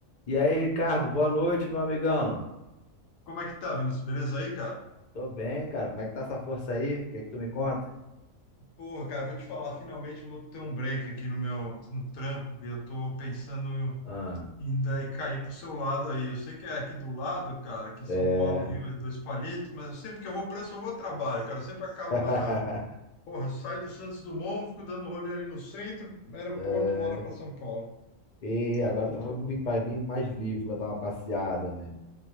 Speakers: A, on the left; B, on the left.
A: E aí, Ricardo, boa noite, meu amigão.
B: Como é que tá, Vinícius? Beleza aí, cara?
A: Tô bem, cara. Como é que tá essa força aí? O que é que tu me conta?
B: Pô, cara, vou te falar, finalmente eu vou ter um break aqui no meu no trampo, que eu tô pensando
A: Ah,
B: em daí cair pro seu lado aí. Eu sei que é aqui do lado, cara, que São
A: é.
B: Paulo, Rio, é dois palitos, mas eu sempre que eu vou pra isso, eu vou ao trabalho, cara. Eu sempre acabo
A: <laughs>
B: lá na... Porra, eu saio do Santos Dumont, fico dando rolê ali no centro, aeroporto,
A: É.
B: vou lá pra São Paulo.
A: E agora
B: Então
A: tá,
B: tô
A: vai vir mais livre, vai dar uma passeada, né?